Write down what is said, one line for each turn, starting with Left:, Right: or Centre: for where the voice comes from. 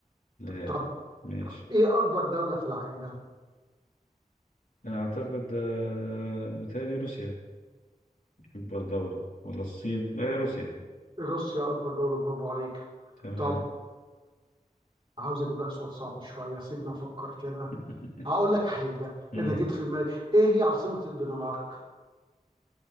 Left: الهادي
Right: طب
Left: ماشي
Right: ايه اكبر دولة في العالم
Left: اعتقد آه، متهيألي روسيا اكبر دوله ولا الصين لا يا روسيا
Right: روسيا اكبر دولة برافو عليك
Left: تمام
Right: طب عاوز اجيب لك سؤال صعب شويه سيبني افكر كده
Left: <laughs>
Right: هقول لك حاجه
Left: امم
Right: انا جيت في دماغي ايه هي عاصمه الدنمارك